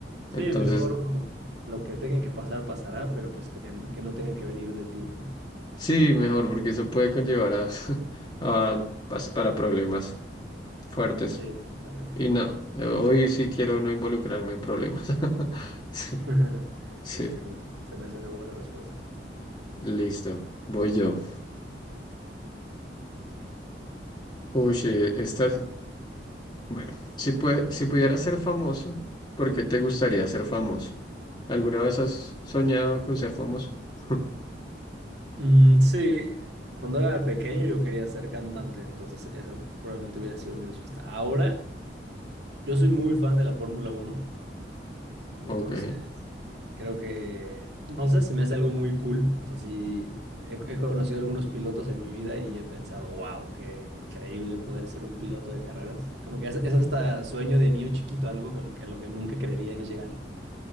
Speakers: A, on the right (about 70°); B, on the left (about 25°).
A: Sí,
B: Entonces,
A: mejor lo que tengan que pasar, pasará, pero pues que, que no tenga que venir de ti, ¿no?
B: sí, mejor porque eso puede conllevar a, <laughs> a- pas- para problemas fuertes.
A: Sí, exactamente.
B: Y no, eh, hoy sí quiero no involucrarme en problemas. <laughs> Sí,
A: <laughs>
B: sí,
A: Sí, se me hizo- se me hace una buena respuesta.
B: listo, voy yo. Uy, eh, esta Bueno, si, pue- si pudieras ser famoso, ¿por qué te gustaría ser famoso? ¿Alguna vez has soñado con ser famoso? <laughs>
A: Mm, sí, cuando era pequeño yo quería ser cantante, entonces esa probablemente hubiera sido mi respuesta. Ahora, yo soy muy fan de la Fórmula Uno. Entonces,
B: Ok,
A: creo que, no sé, se me hace algo muy cool. O sea, sí, he, he conocido algunos pilotos en mi vida y he pensado, wow, qué increíble poder ser un piloto de carreras. Como que es, es hasta sueño de niño chiquito, algo que, a lo que a lo que nunca creería llegar.